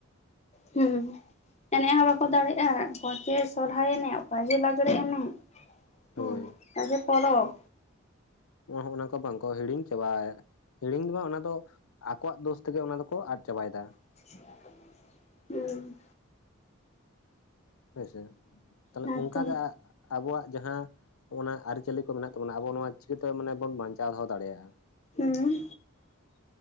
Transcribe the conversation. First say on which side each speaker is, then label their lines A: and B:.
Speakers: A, on the left (about 30°); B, on the left (about 85°).
A: ᱦᱮᱸ ᱮᱱᱮᱡ ᱦᱚᱸ ᱵᱟᱠᱚ ᱫᱟᱲᱮᱭᱟᱜᱼᱟ ᱚᱠᱚᱭ ᱪᱮ ᱥᱚᱨᱚᱦᱟᱭ ᱮᱱᱮᱡ ᱚᱠᱟ ᱡᱮ ᱞᱟᱜᱽᱲᱮ ᱮᱱᱮᱡ ᱦᱮᱸ
B: ᱦᱳᱭ
A: ᱟᱜᱮ ᱯᱚᱨᱚᱵ
B: <unintelligible> ᱱᱚᱝᱠᱟ ᱵᱟᱝᱠᱚ ᱦᱤᱲᱤᱧ ᱪᱟᱵᱟᱭ ᱦᱤᱲᱤᱧ ᱫᱚ ᱵᱟᱝ ᱚᱱᱟ ᱫᱚ ᱟᱠᱚᱣᱟᱜ ᱫᱳᱥ ᱛᱮᱜᱮ ᱚᱱᱟ ᱫᱚᱠᱚ ᱟᱫ ᱪᱟᱵᱟᱭ ᱫᱟ
A: <inaudible> ᱦᱩᱸ
B: ᱦᱮᱸᱥᱮ ᱛᱟᱦᱞᱮ
A: ᱦᱮᱸᱛᱚ
B: ᱚᱱᱠᱟ ᱜᱮ ᱟᱵᱚᱣᱟᱜ ᱡᱟᱦᱟᱸ ᱦᱚᱸᱱᱟ ᱟᱹᱨᱤᱪᱟᱹᱞᱤ ᱠᱚ ᱢᱮᱱᱟᱜ ᱛᱟᱵᱚᱱᱟ ᱟᱵᱚ ᱱᱚᱣᱟ ᱪᱤᱠᱟᱹᱛᱮ ᱢᱟᱱᱮ ᱵᱚᱱ ᱵᱟᱧᱪᱟᱣ ᱫᱚᱦᱚ ᱫᱟᱲᱮᱭᱟᱜᱼᱟ
A: ᱦᱩᱸ